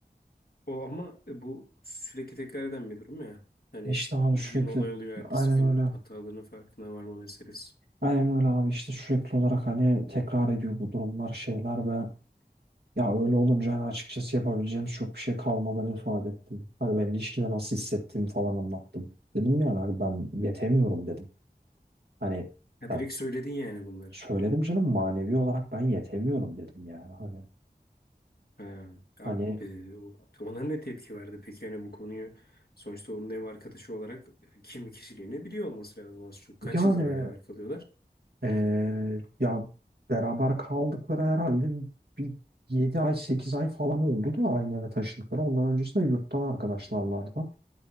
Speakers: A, on the left (about 65°); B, on the right (about 75°).
A: O ama bu sürekli tekrar eden bir durum ya. Hani
B: işte hani
A: bir
B: sürekli
A: gün olay oluyor, ertesi
B: aynen
A: gün
B: öyle.
A: hatalarının farkına varma meselesi.
B: Aynen öyle abi işte sürekli olarak hani tekrar ediyor bu durumlar şeyler ve Ya öyle olunca hani açıkçası yapabileceğim çok bir şey kalmadığını ifade ettim. Hani ben ilişkide nasıl hissettiğimi falan anlattım. Dedim yani hani ben yetemiyorum dedim. Hani
A: Ya
B: ya
A: direkt söyledin yani bunları.
B: söyledim canım manevi olarak ben yetemiyorum dedim yani. Hani
A: Ha, abi,
B: hani
A: e, o- ona ne tepki verdi peki hani bu konuyu sonuçta onun ev arkadaşı olarak e, kimi kişiliğini biliyor olması lazım az çok. Kaç
B: yani
A: yıldır beraber kalıyorlar?
B: eee, ya beraber kaldıkları herhalde bir 7 ay 8 ay falan oldu da aynı eve taşındıkları. Ondan öncesinde yurttan arkadaşlarlardı.